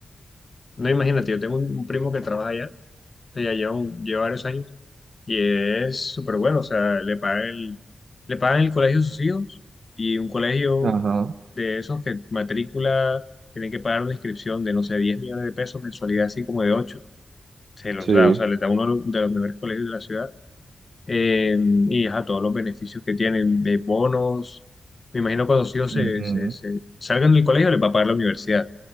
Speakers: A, on the left; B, on the right.
A: No, imagínate, yo tengo un, un primo que trabaja allá, que ya lleva, un- lleva varios años, y es súper bueno, o sea, le pagan el, le pagan el colegio a sus hijos, y un colegio
B: Ajá,
A: de esos que matrícula, tiene que pagar una inscripción de, no sé, 10 millones de pesos, mensualidad así como de 8 se los
B: sí.
A: da, o sea, le da uno de los de los mejores colegios de la ciudad, eh, y a todos los beneficios que tienen de bonos. Me imagino cuando los hijos
B: Ujú.
A: se, se- se salgan del colegio les va a pagar la universidad.